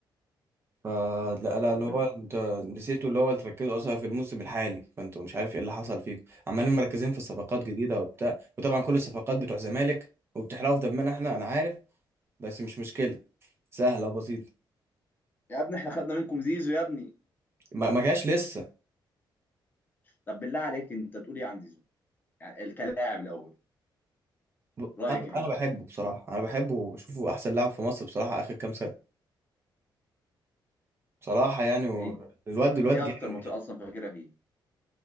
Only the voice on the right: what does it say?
فلا لا لا،
اللي هو انت نسيتوا اللي هو تركزوا اصلا في الموسم الحالي فانتوا مش عارف ايه اللي حصل فيكم عمالين مركزين في صفقات جديده وبتاع وطبعا كل الصفقات بتوع زمالك وبتحرقوا في دمنا احنا انا عارف بس مش مشكله سهله وبسيطه
ما ما جاش لسه
ب-
انا
انا بحبه بصراحه انا بحبه وبشوفه احسن لاعب في مصر بصراحه اخر كام سنه بصراحه يعني و...
الواد الواد
جامد
يعني.